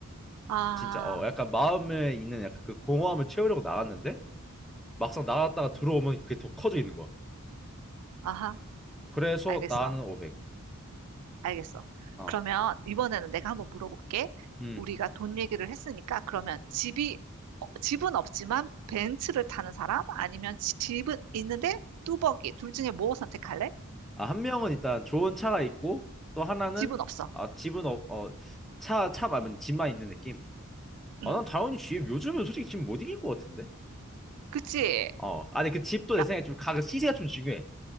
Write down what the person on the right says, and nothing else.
아,
아하,
알겠어.
알겠어.
그러면 이번에는 내가 한번 물어볼게.
우리가 돈 얘기를 했으니까 그러면 집이, 어, 집은 없지만 벤츠를 타는 사람? 아니면 집은 있는데 뚜벅이. 둘 중에 뭐 선택할래?
집은 없어.
응,
그치?
라,